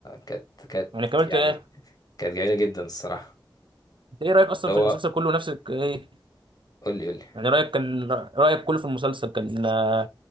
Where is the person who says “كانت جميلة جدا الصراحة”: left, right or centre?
Left